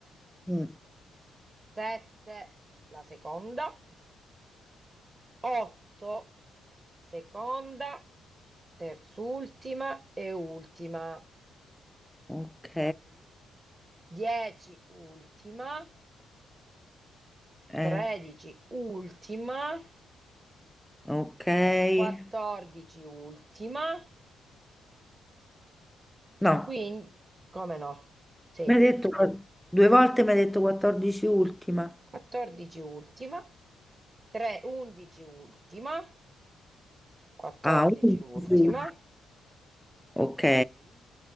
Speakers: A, in the centre; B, on the right (about 30°).
A: Mm,
B: sette, la seconda, otto, seconda, terz'ultima e ultima,
A: ok,
B: dieci, ultima,
A: eh,
B: tredici, ultima,
A: ok.
B: quattordici, ultima,
A: No,
B: quindi, come no? Sì,
A: mi hai detto due volte, mi hai detto 14 ultima.
B: quattordici, ultima, tre, undici, ultima. 14
A: Ah, 11.
B: ultima,
A: Ok.